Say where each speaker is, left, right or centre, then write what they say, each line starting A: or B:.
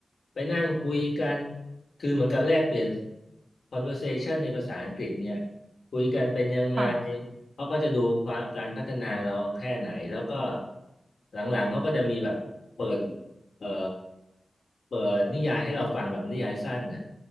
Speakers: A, on the left; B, on the right.
A: ไปนั่งคุยกัน คือเหมือนกันแลกเปลี่ยน conversation ในภาษาอังกฤษเนี่ยคุยกันเป็นยังไง
B: ค่ะ
A: เขาก็จะดูความการพัฒนาเราแค่ไหนแล้วก็หลังๆเขาก็จะมีแบบเปิดเอ่อเปิดนิยายให้เราฟังแบบนิยายสั้นน่ะ